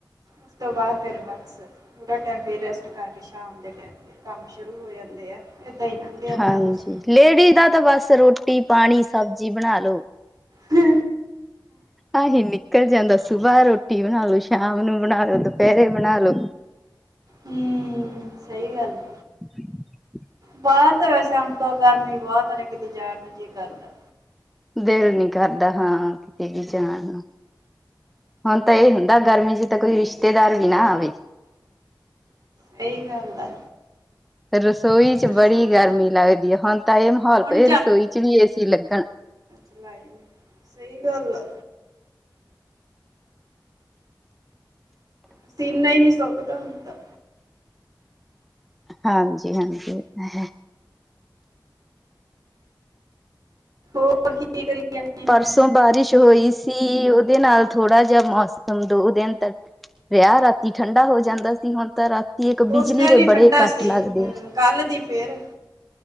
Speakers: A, on the right (about 55°); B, in the centre.
A: ਉਸ ਤੋ ਬਾਅਦ ਫਿਰ ਬੱਸ ਥੋੜ੍ਹਾ ਟਾਈਮ ਫਿਰ ਰੈਸਟ ਕਰਕੇ ਸ਼ਾਮ ਦੇ ਟਾਇਮ ਫਿਰ ਕੰਮ ਸ਼ੁਰੂ ਹੋ ਜਾਂਦੇ ਆ। ਏਦਾਂ ਹੀ ਲਘ ਜਾਂਦਾ
B: ਹਾਂਜੀ
A: ਬੱਸ।
B: ਲੇਡੀਜ਼ ਦਾ ਤਾਂ ਬੱਸ ਰੋਟੀ-ਪਾਣੀ ਸਬਜ਼ੀ ਬਣਾ ਲੋ।
A: ਹੂੰ।
B: ਇਹੀ ਨਿਕਲ ਜਾਂਦਾ ਸੁਬਾਹ ਰੋਟੀ ਬਣਾਲੋ, ਸ਼ਾਮ ਨੂੰ ਬਣਾਲੋ, ਦੁਪਹਿਰੇ ਬਣਾਲੋ।
A: ਹੂੰ ਸਹੀ ਗੱਲ ਏ।
B: <unintelligible>
A: ਬਾਹਰ ਤਾਂ ਵੈਸੇ ਹੁਣ ਤਾਂ ਗਰਮੀ ਬਹੁਤ ਨੇ ਕਿਤੇ ਜਾਣ ਨੂੰ ਜੀ ਕਰਦਾ।
B: ਦਿਲ ਨੀ ਕਰਦਾ ਹਾਂ ਕਿਤੇ ਵੀ ਜਾਣਨੂੰ। ਹੁਣ ਤਾਂ ਇਹ ਹੁੰਦਾ ਗਰਮੀ ਚ ਤਾਂ ਕੋਈ ਰਿਸ਼ਤੇਦਾਰ ਵੀ ਨਾ ਆਵੇ।
A: ਸਹੀ ਗੱਲ ਆ।
B: ਰਸੋਈ ਚ
A: ਰਸੋਈ
B: ਬੜੀ ਗਰਮੀ
A: ਚ
B: ਲੱਗਦੀ ਐ ਹੁਣ ਤਾਂ ਏ ਮਾਹੌਲ
A: ਹੁਣ
B: ਪਏ ਰਸੋਈ ਚ ਵੀ ਏਸੀ ਲੱਗਾ।
A: ਚਲਾਈ ਨੀ ਸਹੀ ਗੱਲ ਆ। ਪਸੀਨਾ ਈ ਨੀ ਸੁਕਦਾ ਹੁੰਦਾ।
B: ਹਾਂਜੀ-ਹਾਂਜੀ ਏ ਤਾਂ ਹੈ।
A: ਹੋਰ ਕੀ ਕਰੀ ਜਾਣੀ ਐ।
B: ਸੋਂ ਬਾਰਿਸ਼ ਹੋਈ ਸੀ ਓਦੇ ਨਾਲ ਥੋੜਾ ਜਿਆ ਮੌਸਮ ਦੋ-ਦਿਨ ਤੱਕ ਰਿਆ ਰਾਤੀ ਠੰਡਾ ਹੋ ਜਾਂਦਾ ਸੀ ਹੁਣ ਤਾਂ ਰਾਤੀ ਇੱਕ ਬਿਜਲੀ
A: ਉਸ ਟਾਈਮ
B: ਦੇ
A: ਹੀ
B: ਬੜੇ
A: ਠੰਡਾ
B: ਕੱਟ
A: ਸੀ
B: ਲੱਗਦੇਆ।
A: ਹਮ ਕੱਲ ਦੀ ਫੇਰ